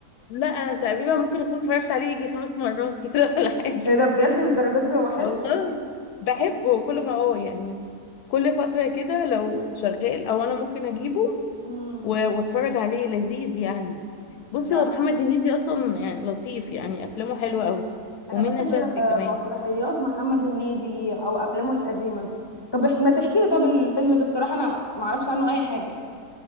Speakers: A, on the left; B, on the left.
A: لا أنا تقريبا ممكن اكون اتفرجت عليه يجي خمس مرات <laughs> كده ولا حاجة
B: ايه ده بجد للدرجه دي هو حلو
A: والله بحبه كل ما اه يعني كل فترة كده لو شغال او انا ممكن اجيبه
B: امم
A: و- واتفرج عليه لذيذ يعني بصي
B: لا
A: هو محمد هنيدي اصلا يعني لطيف يعني افلامه حلوه قوي
B: انا
A: ومنة
B: بحب
A: شلبي
B: آه،
A: كمان
B: مسرحيات محمد هنيدي او افلامه القديمه طب اح- ما تحكي لي طب الفيلم ده الصراحه انا ما اعرفش عنه اي حاجه